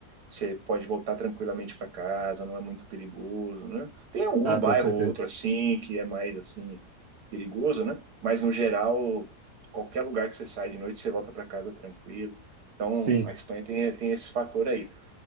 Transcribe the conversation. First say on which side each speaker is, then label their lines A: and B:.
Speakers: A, on the right; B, on the right.
A: Você pode voltar tranquilamente para casa, não é muito perigoso, né? Tem algum
B: Ah,
A: bairro
B: com certeza.
A: ou outro assim que é mais assim perigoso, né? Mas no geral, qualquer lugar que você sai de noite, você volta para casa tranquilo. Então,
B: Sim.
A: a Espanha tem, tem esse fator aí.